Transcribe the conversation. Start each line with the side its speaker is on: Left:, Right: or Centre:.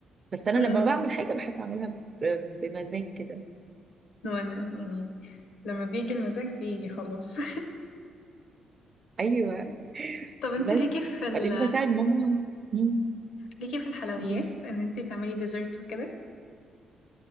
Right: بس انا
Left: امم
Right: لما بعمل حاجه بحب اعملها ب... بمزاج كده
Left: وانا يعني لما بيجي المزاج بيجي خلاص
Right: ايوه
Left: <laughs> طب انت
Right: بس
Left: ليكي في ال...
Right: بعدين بساعد ماما مم،
Left: ليكي في الحلويات
Right: قولي لي
Left: ان انت تعملي ديزرت وكده